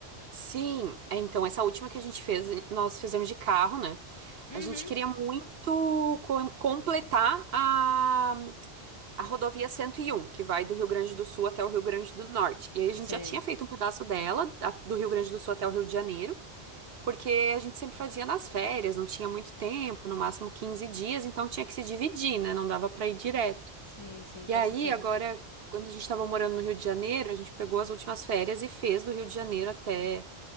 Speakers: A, on the right (about 60°); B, on the left (about 35°).
A: Sim, é, então, essa última que a gente fez, nós fizemos de carro, né?
B: Uhum.
A: A gente queria muito co- completar a, a rodovia 101, que vai do Rio Grande do Sul até o Rio Grande do Norte. E aí a gente
B: Sei.
A: já tinha feito um pedaço dela, a- do Rio Grande do Sul até o Rio de Janeiro, porque a gente sempre fazia nas férias, não tinha muito tempo, no máximo 15 dias, então tinha que se dividir, né? Não dava pra ir direto.
B: Sim, sim,
A: E
B: faz
A: aí,
B: sentido.
A: agora, quando a gente estava morando no Rio de Janeiro, a gente pegou as últimas férias e fez do Rio de Janeiro até